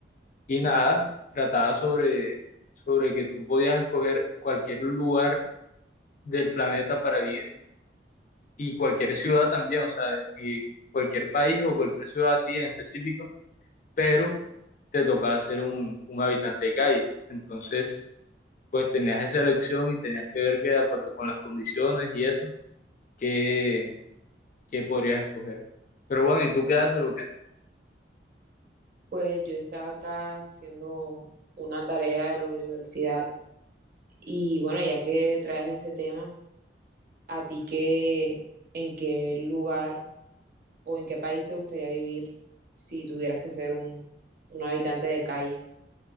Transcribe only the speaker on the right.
Pues yo estaba acá haciendo una tarea de la universidad y bueno, ya que traes ese tema, ¿a ti qué, en qué lugar o en qué país te gustaría vivir si tuvieras que ser un, un habitante de calle?